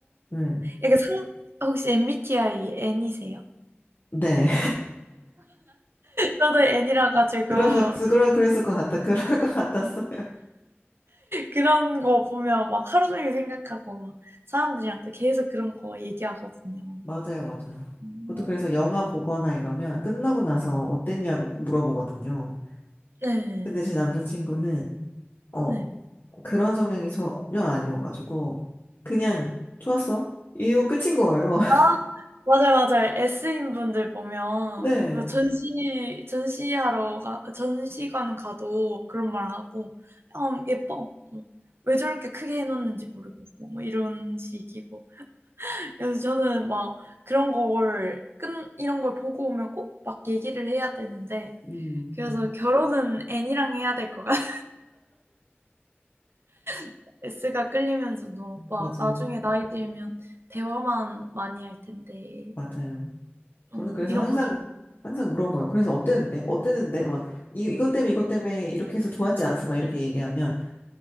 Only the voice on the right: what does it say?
약간 상 혹시 MBTI N이세요?
저도 N이라 가지고
그런 거 보면 막 하루 종일 생각하고 막 사람들이랑 또 계속 그런 거 얘기하거든요.
어.
네.
네.
아 맞아요, 맞아요. S인 분들 보면
뭐 전시 전시하러 가 전시관 가도 그런 말 하고 형 예뻐." 뭐 "왜 저렇게 크게 해 놓는지 모르겠어." 뭐 이런 식이고. 그래서 저는 막 그런 걸 끈 이런 걸 보고 오면 꼭 막 얘기를 해야 되는데
그래서 결혼은 N이랑 해야 될 것 같아요. <laughs> S가 끌리면서도 막
나중에 나이 들면 대화만 많이 할 텐데
어
이런
거좀